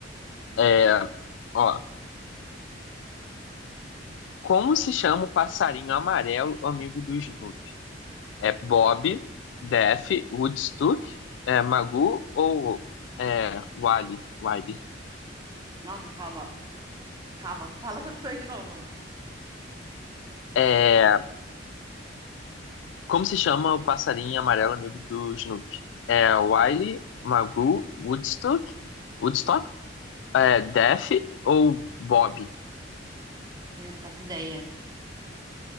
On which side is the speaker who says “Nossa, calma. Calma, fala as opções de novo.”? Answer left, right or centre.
Right